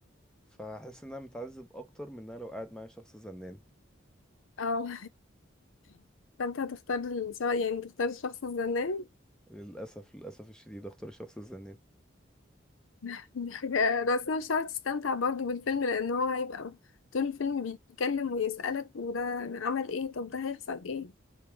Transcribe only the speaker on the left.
اه <laughs> فانت هتختار الش- يعني تختار الشخص الزنان
<laughs> دي حاجة بس أنا مش هتعرف تستمتع برضه بالفيلم لأن هو هيبقى طول الفيلم بيتكلم ويسألك وده عمل ايه طب ده هيحصل ايه